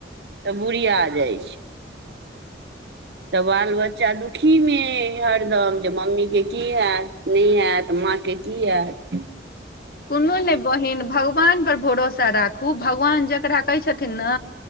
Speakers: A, on the right; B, on the left.
A: तऽ बुुरिया जाइ छै तऽ बाल बच्चा दुखीमे हरदम जे मम्मीे की हएत नहि हेएत माँ के की हैत
B: कोनो नहि बहीन भग भगवान पर भरोसा राखू भगवान जकरा कहै छथिन न